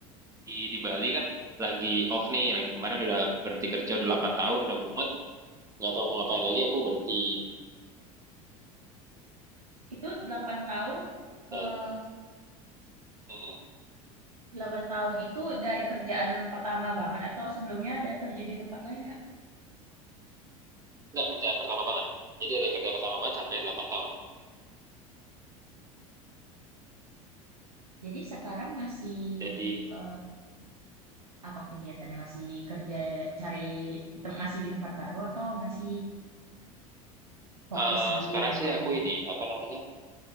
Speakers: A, on the right; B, on the right.
A: di, di Bali kan, lagi off nih, lagi kemarin udah berhenti kerja, udah 8 tahun, udah mumet, nggak tahu mau ngapain lagi, aku berhenti gitu.
B: Itu 8 tahun, eh,
A: Dan, mm,
B: 8 tahun itu dari kerjaan pertama banget atau sebelumnya ada kerja di tempat lain, Kak?
A: nggak kerjaan pertama banget. Jadi dari kerjaan pertama banget sampai 8 tahun.
B: Jadi sekarang masih
A: Jadi
B: eh, apa kegiatannya? Masih kerja cari tem- masih di tempat baru atau masih fokus
A: eh,
B: di
A: sekarang
B: remote
A: sih aku
B: aja.
A: ini, apa namanya,